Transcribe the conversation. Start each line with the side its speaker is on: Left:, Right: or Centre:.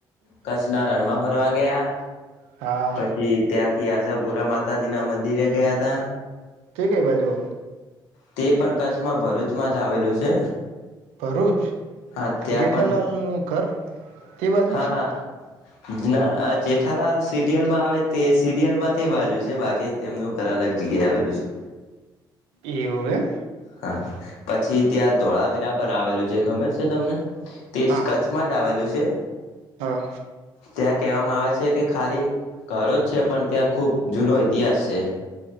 Left: કચ્છના રણમાં ફરવા ગયા.
Right: હા
Left: પછી ત્યાંથી આજ. માતાજી ના મંદિરે ગયા હતા.
Right: ઠીક એ બાજુ અ.
Left: તે પણ કચ્છમાં ભરૂચમાં જ આવેલું છે.
Right: ભરૂચ
Left: હા ત્યાં
Right: જેઠાલાલ
Left: પણ
Right: નું ઘર. તે બાજુ
Left: હા
Right: છે
Left: જેઠાલાલ સિરિયલ માં આવે. તે સિરિયલ માં તે બાજુ છે બાકી તેમનું ઘર અલગ જગ્યા આવેલું છે
Right: એવું એમ
Left: હા પછી ત્યાં ધોળાવીરા, પર આવેલું છે ખબર છે તમને. તે
Right: હા
Left: કચ્છમાં જ આવેલું છે
Right: હા
Left: ત્યાં કહેવામાં આવે છે કે ખાલી ઘરો જ છે પણ ત્યાં ખુબ જૂનો ઇતિહાસ છે.